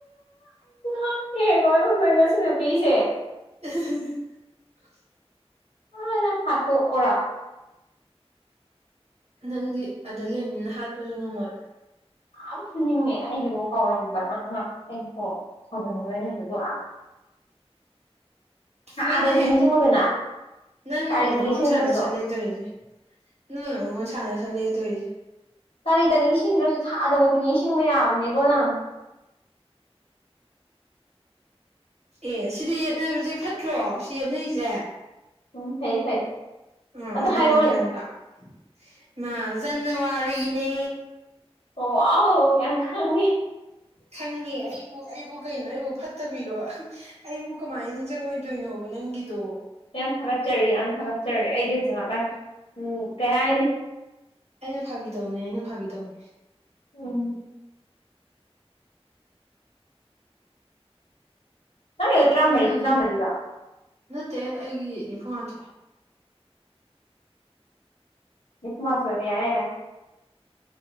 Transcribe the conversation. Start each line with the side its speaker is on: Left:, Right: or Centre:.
Left: ꯍ ꯀꯂ ꯉ ꯁꯤ ꯅꯨꯄꯤꯤꯁꯦ
Right: <unintelligible>
Left: ꯍ ꯈꯠꯇꯣ ꯑꯣꯔ
Right: ꯅꯪꯗꯤ ꯑꯗ ꯂꯩꯕꯅꯤꯅ ꯍꯥꯠꯄꯁꯨ ꯉꯝꯃꯣꯏ
Left: ꯌꯥꯝ ꯐꯨꯅꯤꯡꯉꯦ ꯑꯩꯒꯤꯕꯨ ꯀꯥꯎꯔꯝꯕ ꯅꯪꯣ ꯀꯧꯅꯤꯡ ꯅꯣꯏꯅꯦ ꯂꯥꯛ ꯑꯥꯗꯁꯨ
Right: ꯃꯥꯅꯦꯍꯦ
Left: ꯅꯤꯡꯁꯤꯡꯉꯨꯗꯅ
Right: ꯅꯪꯅ
Left: ꯇꯥꯔꯤꯛ
Right: ꯃꯨꯛ
Left: ꯅꯤꯡꯁꯤꯡꯉꯨꯗ꯭ꯔꯁꯨ
Right: ꯑꯩꯉꯣꯟꯗ ꯁꯥꯟꯅ ꯁꯜꯂꯦ ꯇꫭꯏꯁꯦ ꯅꯪ ꯑꯩꯉꯣꯟ ꯁꯥꯟꯅ ꯁꯜꯂꯦ ꯇꫭꯏꯁꯦ
Left: ꯇꯥꯔꯤꯛꯇ ꯅꯤꯡꯁꯤꯡꯗ꯭ꯔꯁꯨ ꯊꯥꯗꯕꯧꯗꯤ ꯅꯤꯡꯁꯤꯡꯕ ꯌꯥꯕ ꯕꯅꯤꯀꯣ ꯅꯪ
Right: ꯑꯦ ꯁꯤꯗꯤ ꯌꯦꯠꯅꯕꯁꯦ ꯐꯠꯇ꯭ꯔꯣ ꯁꯤ ꯌꯦꯠꯅꯩꯁꯦ
Left: ꯎꯝ ꯐꯩꯌꯦ ꯐꯩ
Right: ꯑ
Left: ꯑꯗ
Right: ꯑꯗꯨꯅꯤ
Left: ꯍꯥꯏꯔꯛꯑꯣꯅꯦ
Right: ꯒ꯭ꯌꯥꯟꯇ ꯇꯥꯎ ꯃ ꯖꯅꯋꯥꯔꯤꯅꯦ
Left: ꯑꯣ ꯋꯥꯎ ꯌꯥꯝ ꯈꯪꯉꯦ
Right: ꯈꯪꯉꯦ ꯑꯩꯕꯨ ꯑꯩꯕꯨ ꯀꯩꯅꯣ ꯑꯩꯕꯨ ꯐꯠꯇꯕꯤꯔꯣ ꯑꯩꯕꯨ ꯀꯃꯥꯏꯅ ꯅꯤꯡꯁꯤꯡꯉꯣꯏꯗ ꯗꯣꯏꯅꯣꯕ ꯅꯪꯒꯤꯗꯣ
Left: ꯌꯥꯝ ꯊꯥꯒꯠꯆꯔꯤ ꯌꯥꯝ ꯊꯥꯒꯠꯆꯔꯤ ꯑꯩꯗꯤ ꯍꯧꯖꯤꯛ ꯉꯥꯛꯇꯪ ꯎꯝ ꯀꯩ ꯍꯥꯏꯅꯤ
Right: ꯑꯩꯅ ꯐꯥꯒꯤ ꯇꯧꯕꯅꯦ ꯑꯩꯅ ꯐꯥꯒꯤ ꯇꯧꯕꯅꯦ
Left: ꯎꯝ ꯅꯪꯒꯤꯗꫭ ꯇ꯭ꯔꯥ ꯃꯔꯤꯗꯤ
Right: ꯑꯩꯒꯤ
Left: ꯇ꯭ꯔꯥ ꯃꯔꯤꯔꫭ
Right: ꯅꯠꯇꯦ ꯑꯩꯒꯤ ꯅꯤꯐꯨꯃꯊꯣꯏ
Left: ꯅꯤꯐꯨꯃꯥꯊꫭꯏ ꯑꫭ ꯌꯥ ꯌꯥꯔꯦ